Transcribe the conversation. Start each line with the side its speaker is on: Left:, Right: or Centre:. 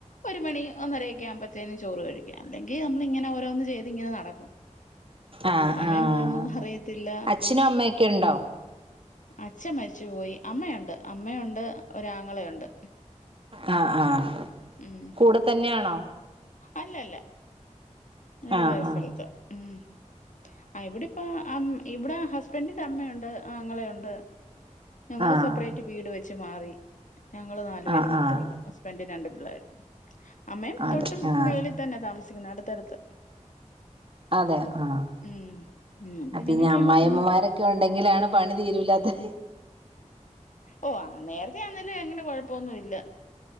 Left: ഒരു മണി ഒന്നര ഒക്കെ ആകുമ്പ ക്കെ ഇരുന്ന് ചോറ് കഴിക്കാം അല്ലെങ്കി നമ്മള് ഇങ്ങനെ ഓരോന്ന് ചെയ്ത് ഇങ്ങനെ നടക്കും
Right: ആഹ്
Left: സമയം
Right: ആഹ്
Left: പോകുന്നതും അറിയത്തില്ല
Right: അച്ഛനും അമ്മയൊക്കെ ഉണ്ടോ
Left: അച്ഛൻ മരിച്ചു പോയി അമ്മയുണ്ട് അമ്മയുണ്ട് ഒരാങ്ങളയുണ്ട്
Right: ആഹ് ആഹ്
Left: ഉം
Right: കൂടെ തന്നെയാണോ
Left: അല്ല അല്ല അവര്
Right: ആഹ്
Left: വേറെ
Right: ആഹ്
Left: സ്ഥലത്ത ഉം ആഹ് ഇവിടി പ്പം അം ഇവിടെ ഹസ്ബൻഡിന്റെ അമ്മയുണ്ട് ആങ്ങളെയുണ്ട് ഞങ്ങള്
Right: ആഹ്
Left: സപ്പറേറ്റ് വീട് വെച്ച് മാറി ഞങ്ങള് നാലു
Right: ആഹ്
Left: പേരും
Right: ആഹ്
Left: മാത്രേ ഉള്ളൂ ഹസ്ബെന്റും രണ്ടു പിള്ളേരും അമ്മയും
Right: അതെ
Left: തൊട്ടും
Right: ആഹ്
Left: മേളിൽ തന്നെ താമസിക്കുന്നെ അടുത്തടുത്ത
Right: അതെ ആഹ്
Left: ഉം ഉം ഇങ്ങനെയൊക്കെ
Right: പിന്നെ അമ്മായമ്മമാരൊക്കെ
Left: അങ്ങ് പോണ്
Right: ഉണ്ടെങ്കിലാണ് പണി തീരൂല്ലാത്ത
Left: ഓ നേരത്തെ ആന്നേലും അങ്ങനെ കൊഴപ്പൊന്നും ഇല്ല